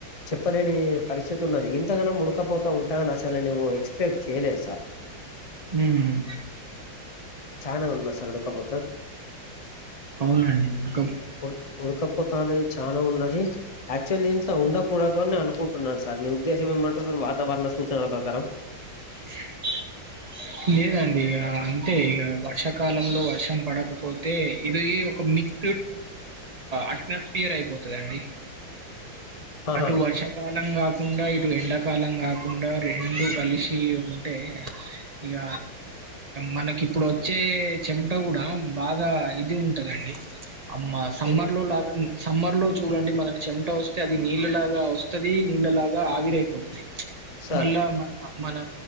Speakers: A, on the left (about 60°); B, on the right (about 85°).
A: చెప్పలేని పరిస్థితి ఉన్నది గింతగనం ఉడకపోతా ఉంటదని అసలు నేను ఎక్స్ పెక్ట్ చేయలేదు సార్
B: ఉమ్
A: చానా ఉన్నది సార్ ఉడకపోత
B: అవునండి ఉడక
A: ఉడ్ ఉడకపోత అనేది చానా ఉన్నది యాక్చువల్లీ ఇంత ఉండకూడదు అని అనుకుం మీ ఉద్దేశంట <unintelligible> వతారణ సూచన ప్రారం
B: <inaudible> లేదండి ఇగ అంతే ఇగ వర్షాకాలంలో వర్షం పడకపోతే ఇది ఒక మిడ్ అట్మాస్ఫియర్ అయిపోతదండి
A: ఆహా
B: అటు వర్షాకాలంగా కాకుండా ఇటు ఎండాకాలం కాకుండా రెండు కలిసి ఉంటే ఇగ మనకి ఇప్పుడు వచ్చే చెమట కూడా బాగా ఇది ఉంటదండి అమ్మా సమ్మర్
A: ఏ
B: లో లాగా సమ్మర్ లో చూడండి మనకి చెమట వస్తే అది నీళ్ళలాగా వస్తది నీళ్ళలాగా ఆవిరైపోతది
A: సార్
B: మళ్ళా మన మన